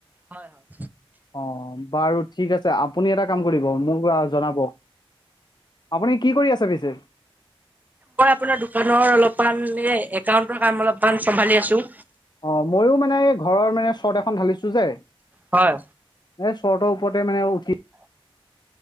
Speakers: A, on the right (about 15°); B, on the left (about 45°).
A: হয় হয়।
B: অ' বাৰু ঠিক আছে আপুনি এটা কাম কৰিব মোক জনাব। আপুনি কি কৰি আছে পিছে?
A: মই আপোনাৰ দোকানৰ অলপমান এ একাউন্টৰ কাম অলপমান চম্ভালি আছো।
B: অ' ময়ো মানে এই ঘৰৰ মানে শট এখন ঢালিছো যে। এ
A: হয়
B: শ্বটৰ ওপৰতে মানে উঠি।